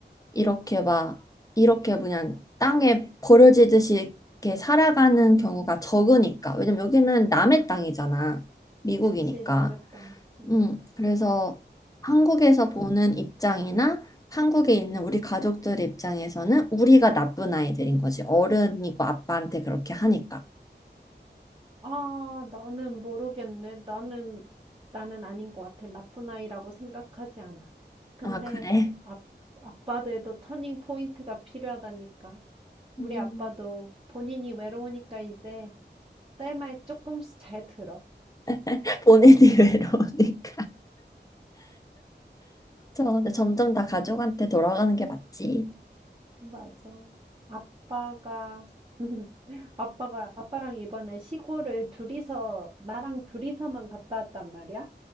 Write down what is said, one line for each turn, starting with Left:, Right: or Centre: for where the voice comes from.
Left: 이렇게 막 이렇게 그냥 땅에 버려지듯이 이렇게 살아가는 경우가 적으니까. 왜냐면 여기는 남의 땅이잖아. 미국이니까.
Right: 그치, 남의 땅. 음.
Left: 음, 그래서 한국에서 보는 입장이나 한국에 있는 우리 가족들 입장에서는 우리가 나쁜 아이들인 거지. 어른이고 아빠한테 그렇게 하니까.
Right: 아, 나는 모르겠네. 나는, 나는 아닌 것 같아. 나쁜 아이라고 생각하지 않아. 근데,
Left: 아, 그래.
Right: 아, 아빠들도 터닝 포인트가 필요하다니까. 우리
Left: 음.
Right: 아빠도 본인이 외로우니까 이제 딸 말 조금씩 잘 들어.
Left: <laughs> 본인이 외로우니까. 저 근데 <laughs> 점점 다 가족한테 돌아가는 게 맞지.
Right: 맞아. 아빠가, <laughs> 아빠가, 아빠랑 이번에 시골을 둘이서, 나랑 둘이서만 갔다 왔단 말이야?